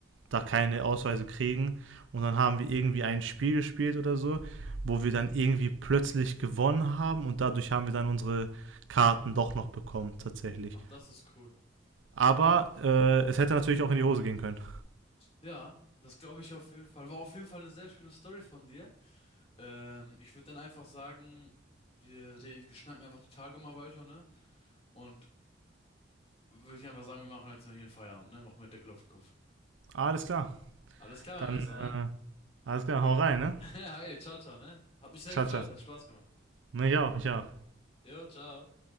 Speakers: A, on the right; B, on the left.
A: da keine Ausweise kriegen. Und dann haben wir irgendwie ein Spiel gespielt oder so, wo wir dann irgendwie plötzlich gewonnen haben und dadurch haben wir dann unsere Karten doch noch bekommen, tatsächlich.
B: Ach, das ist cool.
A: Aber
B: Ja,
A: äh, es hätte natürlich auch in die Hose gehen können.
B: ja, das glaube ich auf jeden Fall. War auf jeden Fall eine sehr schöne Story von dir. Ähm, ich würde dann einfach sagen, wir, re- wir schnacken einfach die Tage mal weiter, ne? Und würde ich einfach sagen, wir machen jetzt mal hier einen Feierabend, ne? Machen wir einen Deckel auf den Kopf.
A: Alles klar.
B: Alles klar,
A: Dann,
B: mein Bester, ne?
A: äh, alles klar, hau rein, ne?
B: <laughs> Hi, ciao, ciao, ne? Hat mich sehr
A: Ciao,
B: gefreut,
A: ciao.
B: hat Spaß gemacht.
A: Mich auch, mich auch.
B: Jo, ciao.